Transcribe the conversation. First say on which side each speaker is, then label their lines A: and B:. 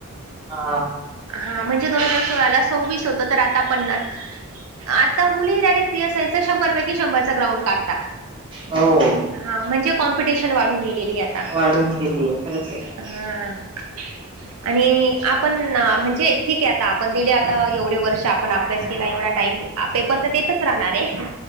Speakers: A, on the right (about 25°); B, on the right (about 80°).
A: हा
B: हा म्हणजे दोन हजार सोळा ला सव्वीस होतं, तर आता पन्ना आता मुली डायरेक्ट पी एस आयचा शंभर पैकी शंभरचा ग्राउंड काढता.
A: हो
B: हा म्हणजे कॉम्पिटिशन वाढून गेलेली आता,
A: वाढून गेलीय खरंच आहे
B: हा. <unintelligible> आणि आपण म्हणजे ठीक आहे, आता आपण दिले आता एवढे वर्ष आपण अभ्यास केला एवढा टाइम आ पेपर तर देतच राहणार आहे,